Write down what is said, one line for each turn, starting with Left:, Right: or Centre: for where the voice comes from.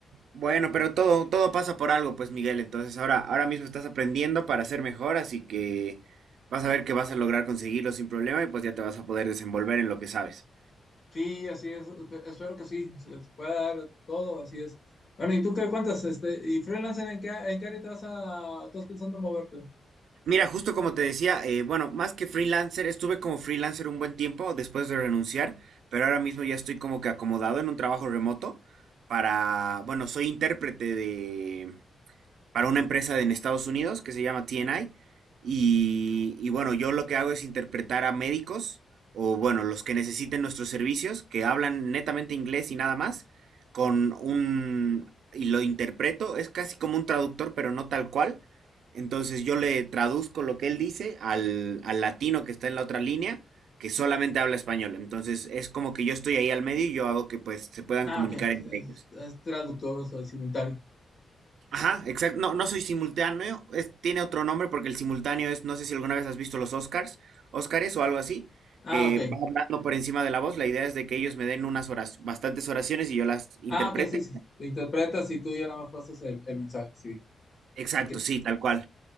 Right: Bueno,
Left: Sí.
Right: pero todo, todo pasa por algo, pues, Miguel. Entonces, ahora, ahora mismo estás aprendiendo para ser mejor, así que vas a ver que vas a lograr conseguirlo sin problema y pues ya te vas a poder desenvolver en lo que sabes.
Left: Sí, así es. Espe- Espero que sí, se, se pueda dar todo, así es. Bueno, ¿y tú qué cuentas? Este, ¿y freelancer en qué, en qué área te vas a, estás pensando moverte?
Right: Mira, justo como te decía, eh, bueno, más que freelancer, estuve como freelancer un buen tiempo después de renunciar, pero ahora mismo ya estoy como que acomodado en un trabajo remoto para, bueno, soy intérprete para una empresa en Estados Unidos que se llama TNI. Y, y bueno, yo lo que hago es interpretar a médicos o bueno, los que necesiten nuestros servicios, que hablan netamente inglés y nada más, con un... y lo interpreto, es casi como un traductor, pero no tal cual. Entonces yo le traduzco lo que él dice al, al latino que está en la otra línea, que solamente habla español. Entonces es como que yo estoy ahí al medio y yo hago que pues se puedan
Left: Ah,
Right: comunicar
Left: ok, es,
Right: entre
Left: es-
Right: ellos.
Left: es traductor, o sea, simultáneo.
Right: Ajá, exacto. No, no soy simultáneo. es- tiene otro nombre porque el simultáneo es, no sé si alguna vez has visto los Oscars, Oscars o algo así,
Left: Ah,
Right: que
Left: ok.
Right: va hablando por encima de la voz. La idea es de que ellos me den unas horas, bastantes oraciones y yo las interprete.
Left: Ah, ok, sí, sí. Te interpretas y tú ya nada más pasas el, el mensaje, sí.
Right: Exacto,
Left: Así que,
Right: sí, tal cual.